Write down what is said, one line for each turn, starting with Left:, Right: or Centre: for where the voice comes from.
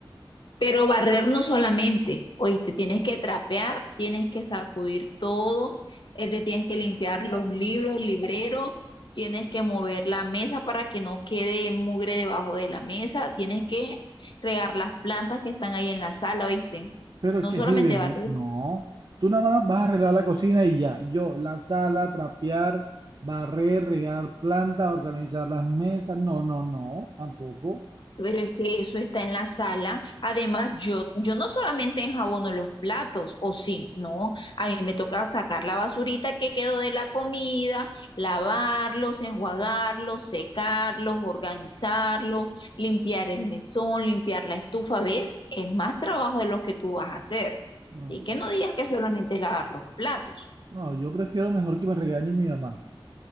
Left: Pero barrer no solamente, oíste, tienes que trapear, tienes que sacudir todo, es de- tienes que limpiar los libros, el librero, tienes que mover la mesa para que no quede mugre debajo de la mesa, tienes que regar las plantas que están ahí en la sala, oíste.
Right: pero
Left: No
Right: es que
Left: solamente
Right: si ves,
Left: barrer,
Right: no. Tú nada más vas a arreglar la cocina y ya. Yo, la sala, trapear, barrer, regar plantas, organizar las mesas. No, no, no, tampoco.
Left: Pero es que eso está en la sala. Además, yo, yo no solamente enjabono los platos, o sí, no. A mí me toca sacar la basurita que quedó de la comida, lavarlos, enjuagarlos, secarlos, organizarlos, limpiar el mesón, limpiar la estufa. ¿Ves? Es más trabajo de los que tú vas a hacer.
Right: No,
Left: Así que no digas que solamente es lavar los platos.
Right: no, yo prefiero mejor que me regañe mi mamá,